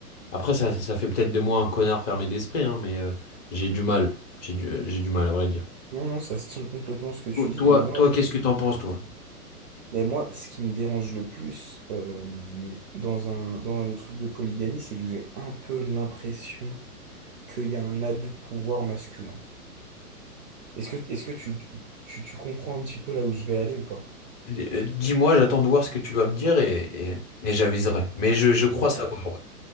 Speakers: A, on the left (about 20°); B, on the right (about 30°).
A: après, ça, ça fait peut-être de moi un connard fermé d'esprit, hein, mais euh, j'ai du mal, j'ai du, j'ai du mal à vrai dire.
B: Non, non, ça se tient complètement ce que tu dis,
A: Toi,
B: mais moi,
A: toi, qu'est-ce que t'en penses, toi?
B: mais moi, ce qui me dérange le plus euh, dans un, dans le truc de polygamie, c'est que j'ai un peu l'impression qu'il y a un abus de pouvoir masculin. Est-ce que, est-ce que tu, tu, tu comprends un petit peu là où je vais aller ou pas?
A: Euh, Dis-moi, j'attends de voir ce que tu vas me dire et, et, et j'aviserai. Mais je, je crois
B: En gros,
A: savoir, ouais.